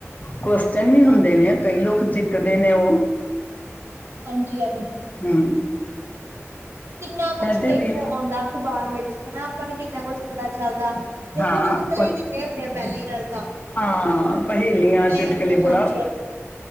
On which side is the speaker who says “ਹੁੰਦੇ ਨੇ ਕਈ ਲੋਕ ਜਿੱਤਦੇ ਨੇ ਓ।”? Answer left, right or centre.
Left